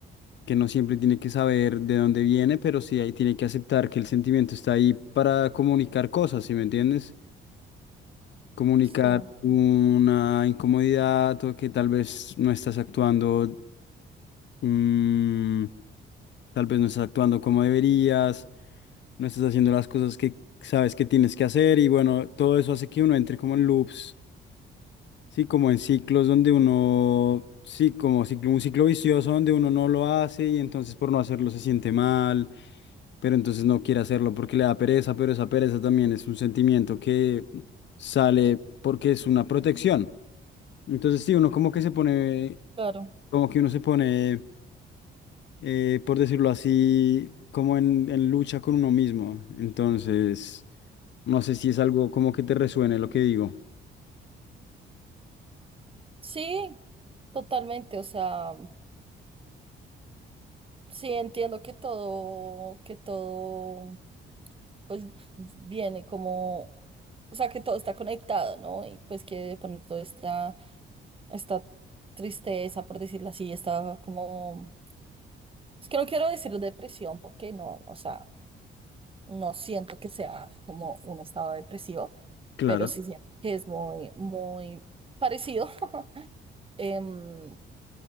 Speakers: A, on the left (about 65°); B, on the right (about 25°).
A: que no siempre tiene que saber de dónde viene, pero sí ahí tiene que aceptar que el sentimiento está ahí para comunicar cosas, ¿sí me entiendes? Comunicar
B: sí,
A: una incomodidad o que tal vez no estás actuando, mm, tal vez no estás actuando como deberías, no estás haciendo las cosas que sabes que tienes que hacer y bueno, todo eso hace que uno entre como en loops Sí, como en ciclos donde uno, sí, como ciclo- un ciclo vicioso donde uno no lo hace y entonces por no hacerlo se siente mal, pero entonces no quiere hacerlo porque le da pereza, pero esa pereza también es un sentimiento que sale porque es una protección. Entonces sí, uno como que se pone,
B: claro.
A: como que uno se pone, eh, por decirlo así, como en, en lucha con uno mismo. Entonces, no sé si es algo como que te resuene lo que digo.
B: Sí, totalmente, o sea. Sí, entiendo que todo, que todo, pues viene como, o sea, que todo está conectado, ¿no? Y pues que de pronto está esta tristeza, por decirlo así, está como, es que no quiero decir depresión, porque no, o sea, no siento que sea como un estado depresivo,
A: Claro,
B: pero sí siento que es muy, muy parecido. <laughs> Em,